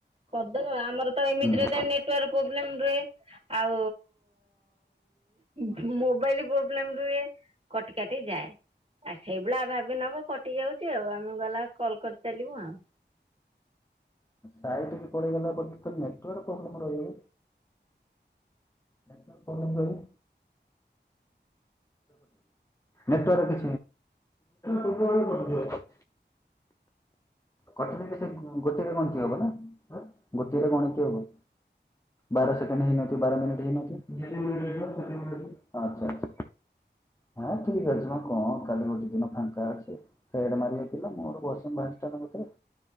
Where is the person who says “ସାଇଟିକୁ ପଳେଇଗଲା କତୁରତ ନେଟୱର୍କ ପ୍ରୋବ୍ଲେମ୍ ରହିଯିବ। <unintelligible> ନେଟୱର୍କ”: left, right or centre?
Left